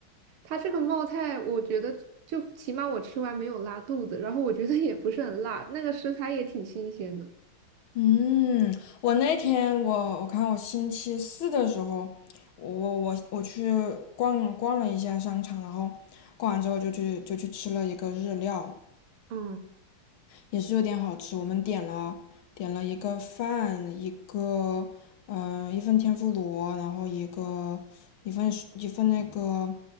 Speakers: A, on the right (about 80°); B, on the left (about 75°).
A: 它这个冒菜，我觉得就起码我吃完没有拉肚子，然后我觉得也不是很辣，那个食材也挺新鲜的。
B: 嗯，我那天我我看我星期四的时候，我我我我去逛逛了一下商场，然后逛完之后就去就去吃了一个日料，
A: 嗯，
B: 也是有点好吃。我们点了点了一个饭，一个嗯、呃一份天妇罗，然后一个一份一份那个